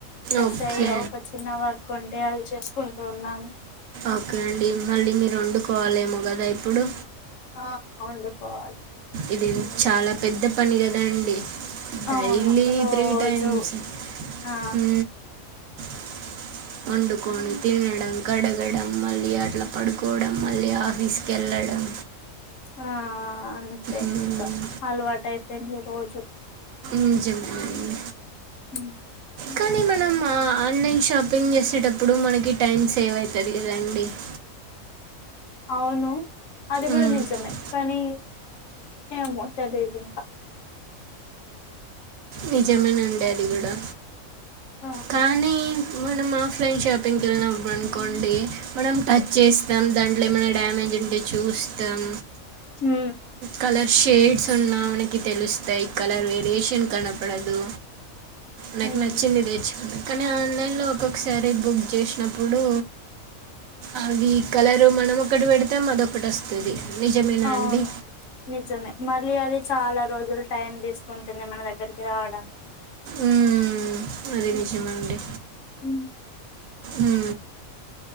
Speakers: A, on the left; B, on the right.
A: ఫ్రెష్
B: ఓకే
A: అయ్యి ఒక చిన్న వర్ కొంటే అది చేసుకుంటూ ఉన్నాను
B: ఓకే అండి మళ్ళీ మీరు వండుకోవాలేమో కదా ఇప్పుడు
A: ఆ వండుకోవాలి
B: ఇది చాలా పెద్ద పని కదా అండి డైలీ
A: అవును రోజు
B: త్రీ టైమ్స్
A: ఆ
B: హు <inaudible> వండుకొని తినడం కడగడం మళ్ళీ అట్లా పండుకోవడం మళ్ళీ ఆఫీస్ కి వెళ్లడం డం
A: ఆ అంతే
B: మ్మ్.
A: ఇంకా అలవాటు అయిపోయింది రోజు
B: నిజమే అండి
A: ఉ
B: కానీ మనం ఆన్లైన్ షాపింగ్ చేసేటప్పుడు మనకి టైం సేవ్ అయతది కదా అండి <inaudible>
A: అవును అది కూడా
B: మ్మ్.
A: నిజమే కానీ ఏమో చదువుకుంట
B: నిజమే నండి అది కూడా
A: ఆ,
B: కానీ మనం ఆప్లైన్ షాపింగ్కి వెళ్ళినప్పుడు అనుకోండి మనం టచ్ చేస్తాం దాంట్లో ఏమైనా డ్యామేజ్ విండి చూస్తాం
A: హు
B: కలర్ షేడ్స్ ఉన్నా మనకి తెలుస్తాయి కలర్ వేరియేషన్ కనపడదు నాకు
A: ఉమ్
B: నచ్చింది నేర్చుకున్నా కానీ ఆన్లైన్లో ఒక్కొక్కసారి బుక్ చేసినప్పుడు అవి కలరు మనం ఒకటి పెడితే మరోకటి వస్తుంది నిజమేనా
A: అవును
B: అండి
A: నిజమే మళ్ళీ అది చాలా రోజులు టైం తీసుకుంటుంది మన దగ్గరికి రావడానికి
B: మ్ అది
A: ఉమ్
B: నిజమ్ అండి
A: ఉమ్
B: ఊ